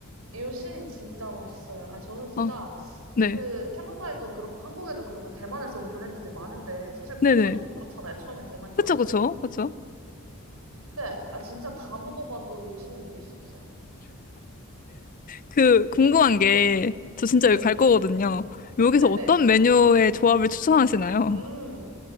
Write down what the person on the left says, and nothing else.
아 네
네네
그쵸
그쵸 그쵸
그 궁금한 게 저 진짜
여기 갈 거거든요 여기서
어떤 메뉴의 조합을 추천하시나요?